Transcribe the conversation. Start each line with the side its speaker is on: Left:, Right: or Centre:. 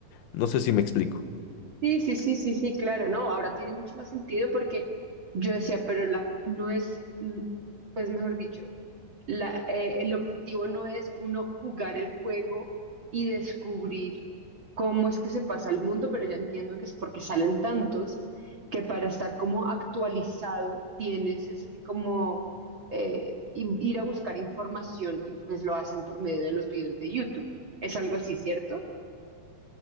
Left: No sé si me explico.
Right: Sí, sí, sí, sí, sí, claro, no, ahora tiene mucho más sentido porque yo decía, pero la no es, mm, pues mejor dicho, la, eh, el objetivo no es uno jugar el juego y descubrir cómo es que se pasa el mundo, pero ya entiendo que es porque salen tantos que para estar como actualizado tienes es que como eh, i- ir a buscar información y pues lo hacen por medio de los videos de YouTube. Es algo así, ¿cierto?